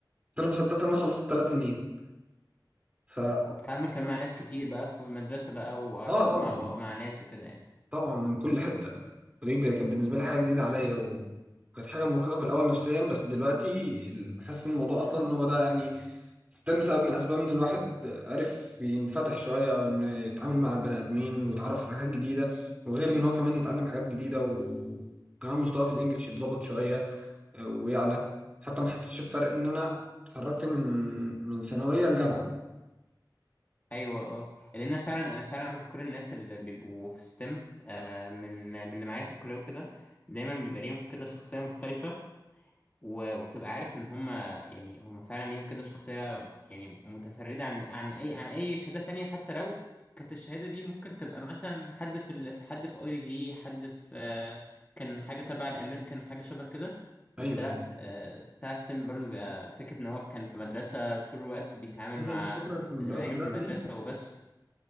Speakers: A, on the right; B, on the left.
A: فانا ما صدقت ان انا خلصت ثلاث سنين ف
B: وبتعمل كمان مع ناس كتير بقى في المدرسة بقى وعلى
A: اه
B: طول
A: طبعا
B: مع بقى مع ناس وكده يعني
A: طبعا من كل حته ودي ب- كانت بالنسبه لي حاجه جديده عليا وكانت حاجه مرهقه في الاول نفسيا بس دلوقتي ال- حاسس ان الموضوع اصلا ان هو ده يعني ستيم سبب من اسباب ان الواحد عرف ينفتح شويه او انه يتعامل مع البني ادمين ويتعرف على حاجات جديده وغير ان هو كمان يتعلم حاجات جديده وكمان مستواه في الانجليش يتظبط شويه آه، ويعلى حتى ما حسيتش بفرق ان انا اتحركت من من ثانويه لجامعه
B: ايوه اه لان انا فعلا انا فعلا كل الناس اللي بيبقوا في ستيم آه من من اللي معايا في الكلية وكده دايما بيبقى ليهم كده شخصية مختلفة و- وبتبقى عارف ان هم يعني هم فعلا ليهم كده شخصية يعني متفردة عن عن اي عن اي شهادة تانية حتى لو كانت الشهادة دي ممكن تبقى مثلا حد في ال... في حد في اي جي حد في آه، كان حاجة تبع الامريكان حاجة شبه كده
A: ايوه
B: بس لا
A: ايوه
B: آه، بتاع ستيم برضو بيبقى فكرة ان هو كان في مدرسة طول الوقت بيتعامل
A: هي
B: مع
A: الفكره في المدرسه
B: زمايله
A: الداخلي
B: في المدرسة وبس